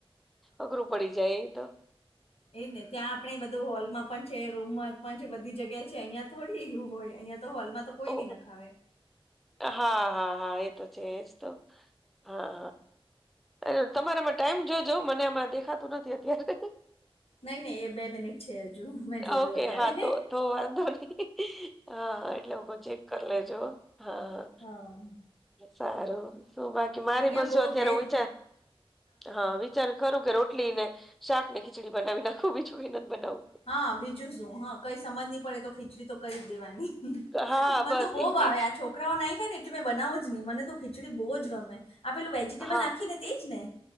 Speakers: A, in the centre; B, on the left.
A: અઘરું પડી જાય ઈ તો.
B: એ જ ને ત્યાં આપણેે બધું હોલમાં પણ છે. રૂમ માં પણ છે બધી જગ્યાએ છે અહિયાં થોડી એવું હોય અહિયાં. તો હોલ માં તો. કોઈ
A: ઓ
B: નઈ નખાવે
A: હા હા હા એ તો છે એજ તો. હા હા તમારા માં ટાઈમ જોજો મને આમાં દેખાતું નથી એટલે.
B: નઈ નઈ એ બે મિનિટ છે હજુ મેં જોયું
A: ઓકે
B: અત્યારે
A: હા તો થ વાંદો ની- હા એટલેવ- ચેક કરી લેજો હા
B: હા
A: સારું શું કરે? મારી
B: અહિયાં
A: બસો
B: બહ
A: અત્યારે
B: બે
A: હું વિચાર હા. ચલ ખરું કે રોટલી ને શાક ને ખીચડી બનાવી નાખું બીજું કય નથ બનાવું.
B: હા બીજું શું. હા કઈ સમજ નય પડે તો ખીચડી તો કરી દેવાની.
A: હા
B: મને
A: બસ
B: તો બો
A: એજ
B: ભાવે
A: એજ
B: આ છોક છોકરાઓ નય ખાય ને એટલે મે બનાવુ જ નય. મને તો ખીચડી બો જ ગમે. આ પેલું વેજીિટેબલ
A: હા
B: નાખી ને તે જ ને.